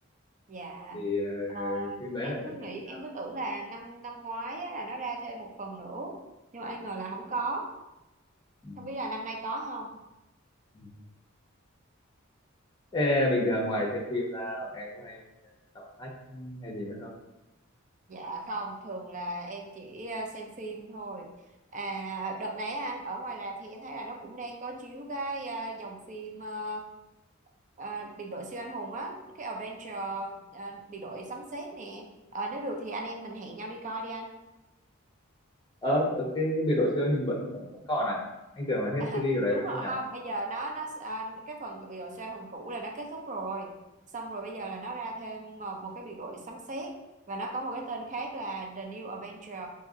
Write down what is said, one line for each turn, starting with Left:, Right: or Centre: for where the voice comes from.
Right: dạ
Left: thì ờ,
Right: Ờ,
Left: phim đấy
Right: em
Left: là phải
Right: cứ
Left: xem
Right: nghĩ
Left: từ đầu
Right: em cứ tưởng là năm năm ngoái á, là nó ra thêm một phần nữa nhưng mà ai ngờ là không có
Left: ừ.
Right: Không biết là năm nay có không?
Left: Ừ. Ê, bình thường ngoài xem phim ra em có hay đọc sách hay gì nữa không?
Right: Dạ không, thường là em chỉ ờ, xem phim thôi. À, đợt nãy anh ở ngoài rạp thì em thấy là nó cũng đang có chiếu cái ờ, dòng phim ờ, ờ, biệt đội siêu anh hùng á, cái Avenger ờ, biệt đội sấm sét nè. Ờ, nếu được thì anh em mình hẹn nhau đi coi đi anh.
Left: Ờ, ok, cái cái biệt đội siêu hình vẫn vẫn vẫn còn à? Anh tưởng là hết
Right: À,
Left: series ở đấy
Right: đúng
Left: đâu
Right: rồi
Left: chứ nhỉ?
Right: không bây giờ nó nó à, cái phần biệt đội siêu anh hùng cũ là nó kết thúc rồi xong rồi bây giờ là nó ra thêm một, một cái biệt đội sấm sét và nó có một cái tên khác là The New Avenger